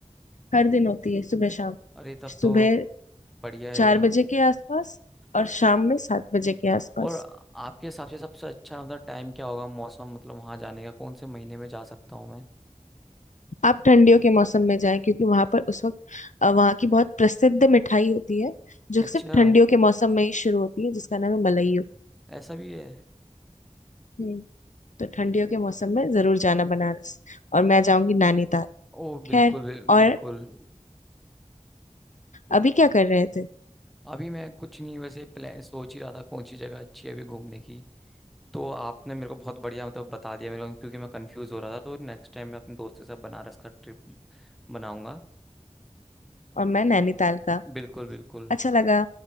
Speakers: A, on the left; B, in the centre.
A: हर दिन होती है सुबह शाम
B: अरे तब
A: सुबह
B: तो बढ़िया है
A: चार
B: ये
A: बजे के आसपास और
B: और प-
A: शाम में सात बजे के आसपास
B: और आपके हिसाब से सबसे अच्छा मतलब टाइम क्या होगा मौसम मतलब वहाँ जाने का कौन से महीने में जा सकता हूँ मैं
A: आप ठंडियों के मौसम में जाएं क्योंकि वहां पर उस वक्त अ, वहाँ की बहुत प्रसिद्ध मिठाई होती है जो
B: अच्छा
A: सिर्फ ठंडियों के मौसम में ही शुरू होती है जिसका नाम है मलइयो
B: ऐसा भी है
A: हम्म तो ठंडियों के मौसम में जरूर जाना बनारस और मैं जाऊंगी नैनीताल
B: ओह बिल्कुल
A: खैर
B: बिल-
A: और
B: बिल्कुल
A: अभी क्या कर रहे थे
B: अभी मैं कुछ नहीं वैसे प्लान सोच ही रहा था कौन सी जगह अच्छी है अभी घूमने की तो आपने मेरे को बहुत बढ़िया मतलब बता दिया मेरे को क्योंकि मैं कंफ्यूज हो रहा था तो नेक्स्ट टाइम मैं अपने दोस्त के साथ बनारस का ट्रिप बनाऊंगा
A: और मैं नैनीताल का
B: बिल्कुल बिल्कुल
A: अच्छा लगा